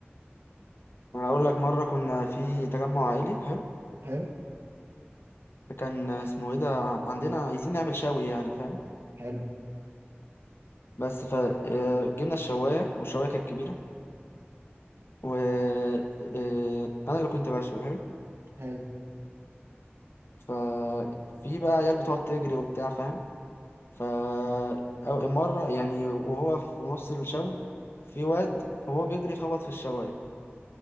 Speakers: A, on the left; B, on the right.
A: أنا هقول لك مرة كنا في تجمع عائلي حلو
B: حلو
A: فكان اسمه ايه ده عندنا عايزين نعمل شوي يعني فاهم
B: حلو
A: بس فجبنا الشواية والشواية كانت كبيرة و آه، انا اللي كنت بشوي حلو
B: حلو
A: ففي بقى عيال بتقعد تجري وبتاع فاهم ف أو- مرة يعني وهو في نص الشوي في واد وهو بيجري خبط في الشواية